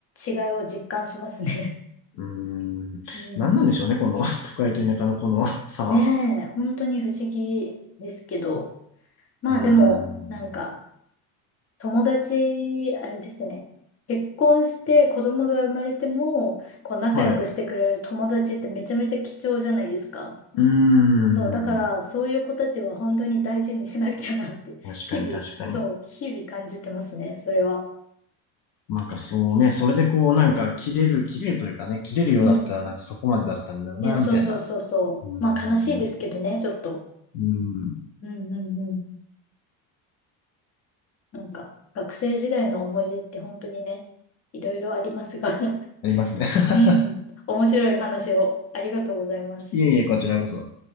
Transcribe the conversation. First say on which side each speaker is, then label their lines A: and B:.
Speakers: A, on the left; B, on the left.
A: 違いを実感しますね。
B: うーん。
A: うん。
B: 何なんでしょうね、この <laughs> 都会と田舎のこの <laughs> 差は。
A: ねえ、本当に不思議ですけど。まあでも、
B: うーん。
A: なんか、友達、あれですね。結婚して子供が生まれても、こう、仲良くしてくれる友達ってめちゃめちゃ貴重じゃないですか。
B: はい。うーん。
A: そう、だから、そういう子たちは本当に大事にしなきゃなって、
B: 確かに確かに。
A: 日々、そう、日々感じてますね、それは。
B: なんかそうね、それでこうなんか切れる、切れるというかね、切れるようだったらなんかそこまでだったんだよな、
A: うん。いや、そうそうそうそう。
B: みたいな。うーん。
A: まあ悲しいですけどね、ちょっと。
B: うーん。
A: うんうんうん。なんか、学生時代の思い出って本当にね、いろいろありますが。<laughs>
B: ありますね。<laughs>
A: うん。面白い話をありがとうございます。
B: いえいえ、こちらこそ。